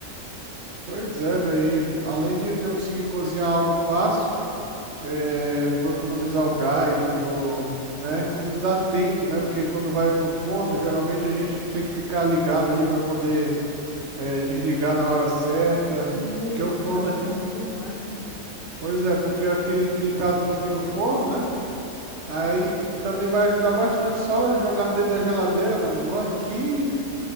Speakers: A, on the right; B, on the left.
A: Pois é, velho. e Além de, de eu conseguir cozinhar algo fácil. É, vou economizar o gás, vou, né, economizar tempo, né? Porque quando vai no forno, geralmente a gente tem que ficar ligado ali para poder é, desligar na hora certa,
B: Sim,
A: porque
B: exatamente,
A: o forno aqui,
B: para não queimar, né, mano?
A: pois é, porque aqui, aqui em casa não tem o forno, né? Aí também vai ajudar bastante, só jogar dentro da geladeira, mano. Mano, que